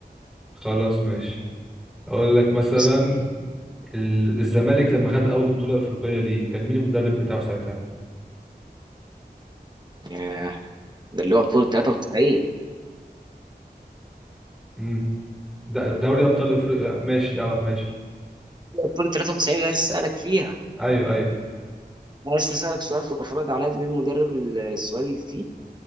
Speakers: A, in the centre; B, on the right (about 25°).
A: خلاص ماشي أقول لك مثلا
B: اسأل
A: ال- الزمالك لما خد أول بطولة أفريقية ليه كان مين المدرب بتاعه ساعتها؟
B: ياه، ده اللي هو بطولة 93
A: امم د- دوري أبطال أفريقيا ماشي أه ماشي
B: بطولة 93 انا لسه اسألك فيها
A: أيوه أيوه
B: انا لسه اسألك سؤال وافرض عليا مين مدرب السؤال اللي فيه